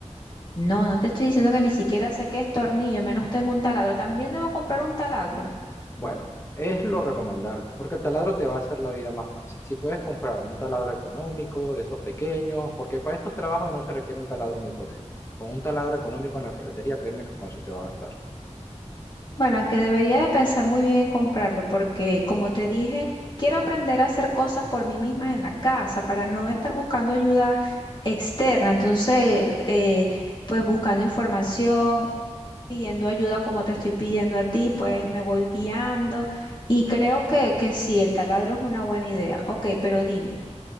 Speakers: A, on the left; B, on the left.
A: No, no te estoy diciendo que ni siquiera sé qué es tornillo, menos tengo un taladro. También debo comprar un taladro.
B: Bueno, es lo recomendable, porque el taladro te va a hacer la vida más fácil. Si puedes comprar un taladro económico, de esos pequeños, porque para estos trabajos no se requiere un taladro muy potente. Con un taladro económico en la ferretería, créeme que con eso te va a bastar.
A: Bueno, aunque debería de pensar muy bien en comprarlo porque, como te dije, quiero aprender a hacer cosas por mí misma en la casa para no estar buscando ayuda externa. Entonces, eh, pues buscando información. pidiendo ayuda como te estoy pidiendo a ti, pues me voy guiando y creo que, que sí, el taladro es una buena idea. Ok, pero dime,